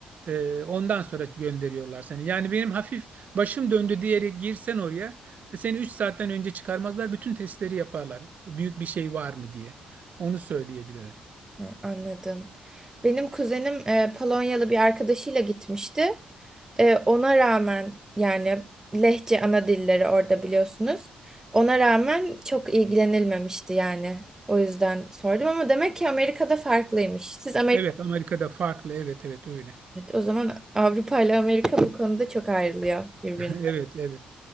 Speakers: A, on the right; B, on the right.
A: Ee, ondan sonra gönderiyorlar seni. Yani benim hafif başım döndü diyerek girsen oraya e, seni 3 saatten önce çıkarmazlar. Bütün testleri yaparlar. Büyük bir şey var mı diye. Onu söyleyebilirim.
B: Hı, anladım. Benim kuzenim e, Polonyalı bir arkadaşıyla gitmişti. E, ona rağmen yani lehçe ana dilleri orada biliyorsunuz. Ona rağmen çok ilgilenilmemişti yani. O yüzden sordum ama demek ki Amerika'da farklıymış. Siz
A: Evet Amerika'da farklı. Evet evet öyle.
B: Evet, o zaman Avrupa ile Amerika bu konuda çok ayrılıyor birbirine.
A: <laughs> Evet evet.